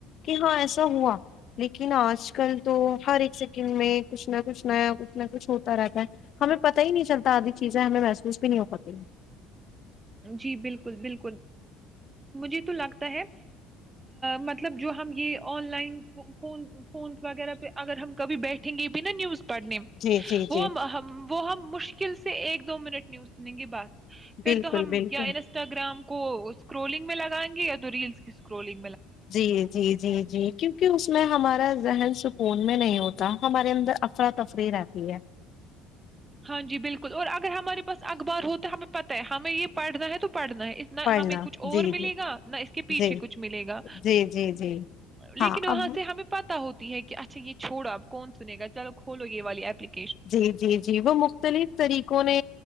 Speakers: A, on the left; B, on the right.
A: کہ ہاں ایسا ہوا لیکن آج کل تو ہر ایک سیکنڈ میں کچھ نہ کچھ نیا کچھ نہ کچھ ہوتا رہتا ہے ہمیں پت ہی نہیں چلتا آدھی چیزیں ہمیں محسوس بھی نہیں ہو پاتی ہیں
B: جی بالکل بالکل مجھے تو لگتا ہے مطلب جو ہم یہ آن لائن فون فونس وغیرہ اگر ہم کبھی بیٹھے ے پن نیوز پڑھنے
A: جی جی
B: وہ
A: جی
B: وہ ہم مشکل سے ایک دو منٹ نہیںیو سنیں گی بس پھر
A: بالکل
B: تو ہم
A: بالکل
B: انسٹاگرام کوش اسکرولنگ میں لگائیںے یا تو ریلس کیکرولنگ
A: جی جی جی جی جی کیونکہ اس میں ہمارا ذہن سکون میں نہیں ہوتا ہمارے اندر افرا تفری رہتی ہے
B: ہاں جی بالکل اور اگر ہمارے پاس اخبار ہو تو ہمیں پتہ ہے ہمیں یہ پڑھنا ہے تو پڑھنا ہے نہ
A: پڑھنا
B: ہمیں کچھ اور
A: جی جی
B: ملے گا نہ اس کے پیچھے
A: جی
B: کچھ ملے گا
A: جی جی جی
B: لیکن
A: ہاں
B: وہاں
A: اب
B: سے ہمیں پتا ہوتا یہ کہ اچھا یہ چھو آپ کون سنے گا چلو کولو یہ والی ایپلیکی
A: جی جی جی وہ م مختلف طریقوں نے